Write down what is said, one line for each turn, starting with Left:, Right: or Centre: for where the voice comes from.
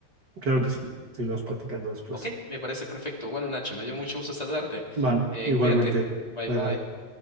Right: claro que sí. Seguimos
Left: O-
Right: platicando después.
Left: ok, me parece perfecto. Bueno, Nacho, me dio mucho gusto saludarte.
Right: Vale,
Left: Eh,
Right: igualmente.
Left: cuídate. Bye
Right: Bye
Left: bye.
Right: bye.